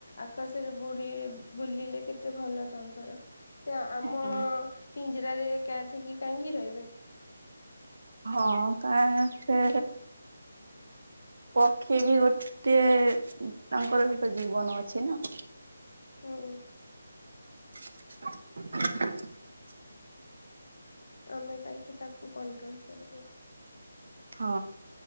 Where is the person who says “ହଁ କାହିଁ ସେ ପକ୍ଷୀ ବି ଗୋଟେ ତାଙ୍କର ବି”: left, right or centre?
Right